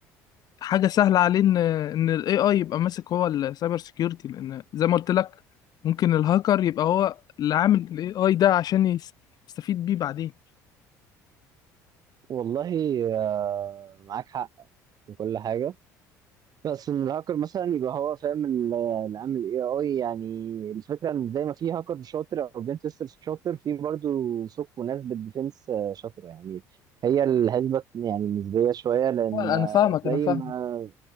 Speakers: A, on the left; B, on the right.
A: حاجه سهله عليه ان ان الاي اي يبقى ماسك هو السايبر سيكيورتي لان زي ما قلت لك ممكن الهاكر يبقى هو اللي عامل الاي اي ده عشان يس- يستفيد بيه بعدين
B: والله آه معاك حق في كل حاجه بس الهاكر مثلا يبقى هو فاهم ال- اللي عامل الاي اي يعني الفكره ان زي ما في هاكر شاطر او بين تيستر شاطر في برضو سوق وناس بالديفنس شاطره يعني هي الحسبه يعني نسبيه شويه لان
A: هو انا
B: آه،
A: فاهمك
B: زي
A: انا فاهم
B: ما